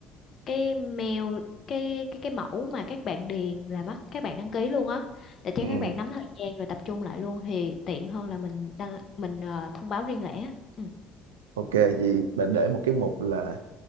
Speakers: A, on the left; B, on the right.
A: cái mail cái cái cái mẫu mà các bạn điền là mất các bạn đăng ký luôn á để cho
B: ừ,
A: các bạn nắm thời gian rồi tập trung lại luôn thì tiện hơn là mình đăng mình ờ, thông báo riêng lẻ ừ
B: ok vậy bạn để một cái mục là